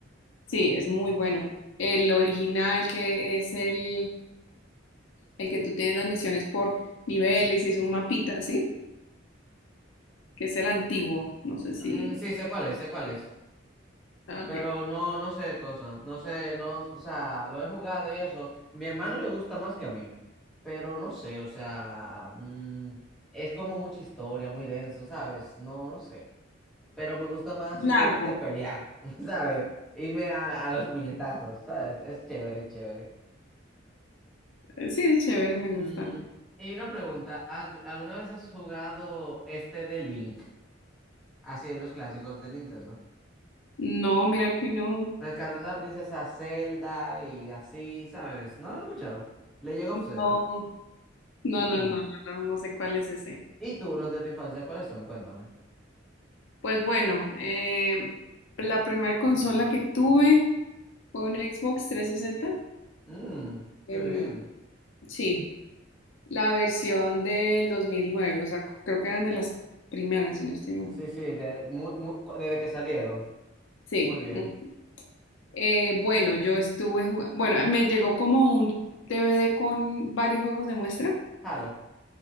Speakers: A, on the left (about 70°); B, in the centre.
A: Sí, es muy bueno. El original que es el, el que tú tienes las misiones por niveles y es un mapita, ¿sí? Que es el antiguo. No sé si...
B: Mm, sí, sé cuáles, sé cuáles.
A: Ah, ok.
B: Pero no, no sé de cosa, no sé, no, o sea, lo he jugado y eso. Mi hermano le gusta más que a mí, pero no sé, o sea, mm, es como mucha historia, muy denso, ¿sabes? No, no sé. Pero me gusta más simplemente
A: Largo.
B: pelear, <laughs> ¿sabes? Irme a, a los puñetazos, ¿sabes? Es chévere, es chévere.
A: Eh, Sí, es chévere, me
B: Mm,
A: gusta.
B: y una pregunta, ¿al- ¿alguna vez has jugado este de Link? Así en los clásicos de Nintendo.
A: No, mira que no.
B: Rescatando a la princesa Zelda y así, ¿sabes? No lo he escuchado. Legend of Zelda.
A: No, no,
B: Mm.
A: no, no, no, no, no sé cuál es ese.
B: ¿Y tú, los de tu infancia, cuáles son? Cuéntame.
A: Pues bueno, eh, la primera consola que tuve fue un Xbox 360.
B: Mm,
A: Em,
B: qué bien.
A: sí, La versión del 2009, o sea, creo que eran de las primeras, si no estoy mal.
B: Sí, sí, de- mu- mu- cu- desde que salieron.
A: Sí.
B: Muy bien.
A: Mm. Eh, bueno, yo estuve jugando, bueno, me llegó como un DVD con varios juegos de muestra.
B: Halo.